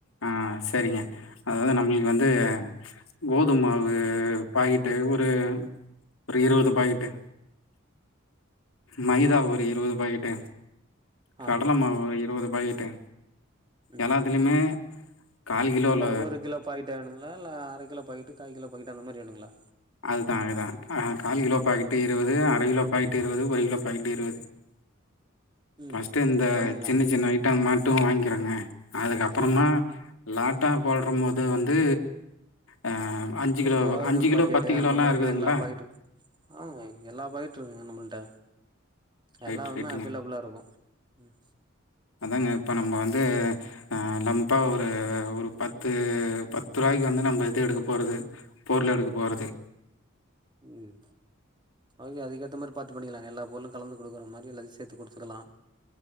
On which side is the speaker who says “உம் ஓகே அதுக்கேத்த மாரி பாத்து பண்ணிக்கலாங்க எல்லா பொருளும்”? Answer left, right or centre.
Right